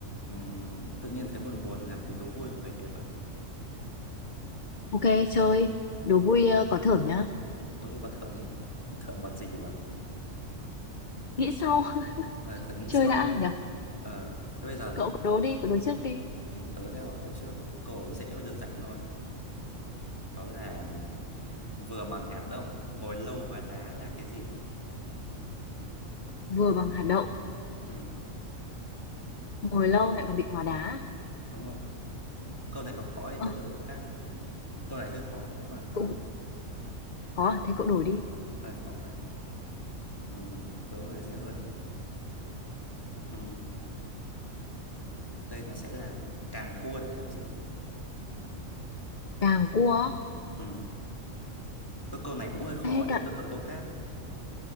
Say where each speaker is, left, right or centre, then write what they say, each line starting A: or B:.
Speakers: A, on the left (about 15°); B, on the left (about 45°).
A: Ừm, tự nhiên thấy buồn buồn làm tí đố vui không về đẹp ơi
B: Ok, chơi. Đố vui ờ,
A: Ừ.
B: có thưởng nhá.
A: đố vui có thưởng nhé thưởng bằng gì giờ
B: Nghĩ sau, <laughs>
A: Ờ, thưởng nghĩ
B: chơi
A: sau
B: đã
A: ấy.
B: nhỉ?
A: ờ thế bây giờ là
B: Cậu cứ đố đi, cậu đố trước đi.
A: ừ, tớ sẽ hỏi cậu trước câu hỏi dễ và đơn giản thôi đó là vừa bằng hạt đậu ngồi lâu hóa đá là cái gì
B: Vừa bằng hạt đậu,
A: ừ,
B: ngồi lâu lại còn bị hóa đá.
A: đúng không câu này có khó thì
B: Ờ,
A: tớ đổi câu khác nhé câu này hơi khó câu này khó
B: cậu
A: quá
B: khó à? Thế cậu đổi đi.
A: câu này khó quá ừ, tớ câu này dễ hơn ừ, đây nó sẽ là càng cua để làm gì
B: Càng cua,
A: ừ. thôi câu này cũng hơi khó
B: thế
A: để
B: càng...
A: tớ đổi câu khác